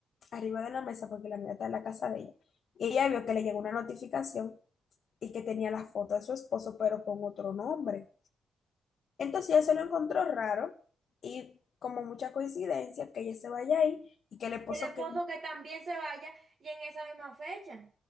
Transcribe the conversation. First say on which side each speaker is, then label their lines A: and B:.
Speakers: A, on the left; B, on the right.
A: arriba de la mesa porque la amiga está en la casa de ella. Y ella vio que le llegó una notificación y que tenía la foto de su esposo, pero con otro nombre. Entonces ella se lo encontró raro y como mucha coincidencia que ella se vaya ahí y que el esposo
B: Y el esposo
A: que,
B: que también se vaya y en esa misma fecha.